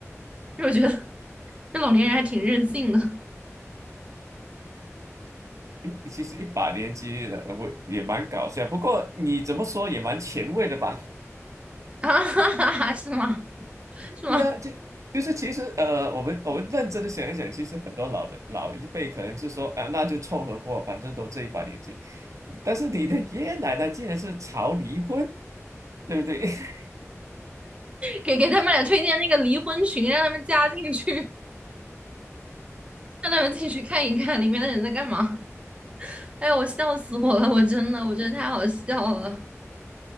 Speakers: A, on the right; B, on the right.
A: 因为我觉得这老年人还挺任性的
B: 一其实一把年纪了，我也蛮搞笑。不过你怎么说也蛮前卫的吧？
A: <laughs> 啊，哈哈哈哈是吗？是吗？
B: 对啊，就就是其实呃，我们我们认真的想一想，其实很多老人老一辈可能就说啊，那就凑合过，反正都这一把年纪。但是你的爷爷奶奶竟然是吵离婚，对不对？<laughs>
A: 给给他们俩推荐那个离婚群，让他们加进去。<laughs> 让他们进去看一看里面的人在干嘛。哎呀，我笑死我了！我真的，我觉得太好笑了